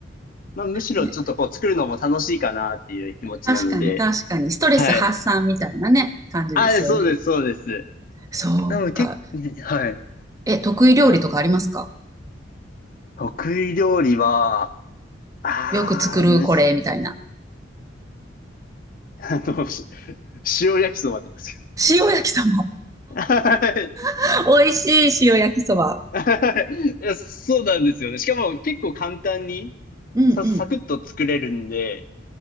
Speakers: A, on the left; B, on the right.
A: まあむしろちょっとこう作るのも楽しいかなっていう気持ちなので、
B: ん。ね、確かに確かに。ストレス発散みたいなね、
A: はい。
B: 感じですよね。
A: あ、そうです、そうです。
B: そうか。
A: なので結構、はい。
B: え、得意料理とかありますか
A: 得意料理は、ああ、
B: よく作るこれみたいな。
A: むず、<laughs> あの、し塩焼きそばとかですけど。
B: 塩焼きそば。
A: <laughs>
B: <laughs> 美味しい塩焼きそば。
A: はいいやそうなんですよね。しかも結構簡単に
B: うんうん。
A: さ、サクッと作れるんで、